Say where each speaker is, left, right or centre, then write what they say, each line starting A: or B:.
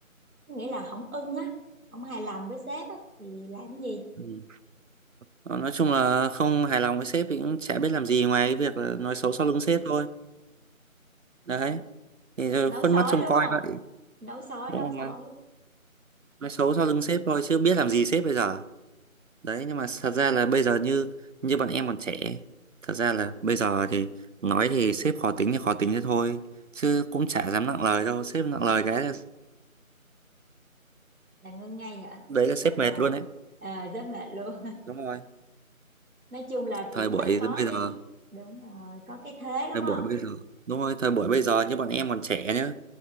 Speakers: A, on the right (about 80°); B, on the right (about 60°).
A: có nghĩa là không ưng á không hài lòng với sếp á thì làm cái gì
B: Ừ. Ờ, Nói chung là không hài lòng với sếp thì cũng chả biết làm gì ngoài cái việc là nói xấu sau lưng sếp thôi đấy thì rồi
A: nấu
B: khuất
A: sói
B: mắt trông
A: đúng
B: coi
A: không
B: vậy
A: nấu sói
B: đúng
A: nấu sói
B: không nói xấu sau lưng sếp thôi chứ biết làm gì sếp bây giờ đấy nhưng mà thật ra là bây giờ như như bọn em còn trẻ thật ra là bây giờ thì nói thì sếp khó tính thì khó tính thế thôi chứ cũng chả dám nặng lời đâu sếp nặng lời cái là
A: là ngưng ngay hả
B: đấy là sếp
A: hoặc là
B: mệt luôn đấy
A: à, rất mệt luôn
B: đúng rồi
A: <laughs> nói chung là cũng
B: thời buổi
A: phải có
B: bây
A: cái
B: giờ
A: đúng rồi có cái thế đúng
B: thời
A: không
B: buổi bây giờ đúng rồi thời buổi
A: ừ
B: bây giờ như bọn em còn trẻ nhá